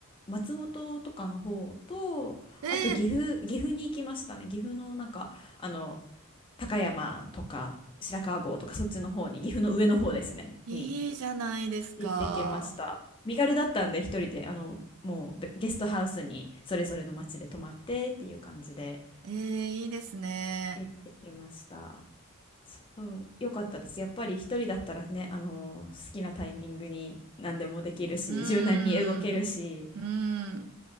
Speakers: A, on the left (about 25°); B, on the right (about 75°).
A: 松本とかの方と、
B: ええ
A: あと岐阜、岐阜に行きましたね。岐阜のなんか、あの、高山とか白川郷とか、そっちの方に、岐阜の上の方ですね、
B: いいじゃないですか。
A: に行ってきました。身軽だったんで、一人で、あの、もうべゲストハウスにそれぞれの町で泊まってっていう感じで
B: ええいいですね。
A: 行ってきました。そう、よかったです。やっぱり一人だったらね、あの、好きなタイミングに何でもできるし、
B: うーん。
A: 柔軟に動けるし、
B: うーん。